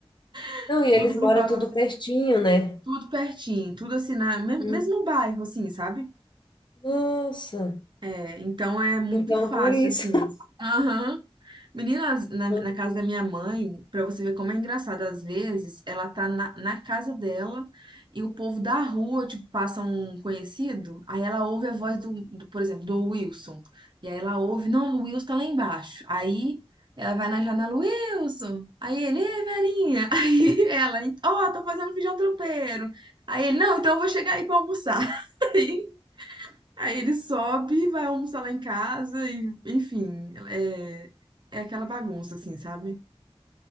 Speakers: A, on the right; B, on the left.
A: <laughs>
B: Não, e
A: tudo
B: eles
A: por
B: moram
A: causa,
B: tudo pertinho, né?
A: tudo pertinho, tudo assim, na, me-
B: Hum.
A: mesmo bairro, assim, sabe?
B: Nossa.
A: É, então é muito
B: Então,
A: fácil,
B: por isso.
A: assim. Aham. Menina, as- na, na
B: <laughs>
A: casa da minha mãe, pra você ver como é engraçado, às vezes ela tá na, na casa dela e o povo da rua, tipo, passa um conhecido, aí ela ouve a voz do, do, por exemplo, do Wilson. E aí ela ouve, não, o Wilson tá lá embaixo. Aí ela vai na janela, Wilson! Aí ele, ei, Verinha! <laughs> Aí ela, ó, tô fazendo feijão tropeiro. Aí ele, não, então eu vou chegar aí pra almoçar. <laughs> Aí ele sobe, vai almoçar lá em casa e, enfim, é, é aquela bagunça, assim, sabe?